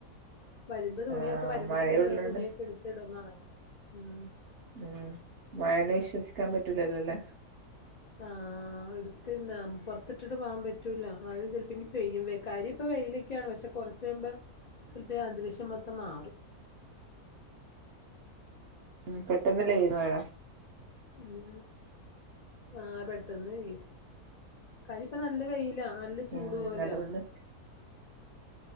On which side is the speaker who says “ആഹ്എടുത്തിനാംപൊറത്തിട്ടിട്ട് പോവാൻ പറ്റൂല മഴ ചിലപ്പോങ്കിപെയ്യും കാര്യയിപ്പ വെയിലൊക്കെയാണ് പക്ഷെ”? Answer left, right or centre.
Left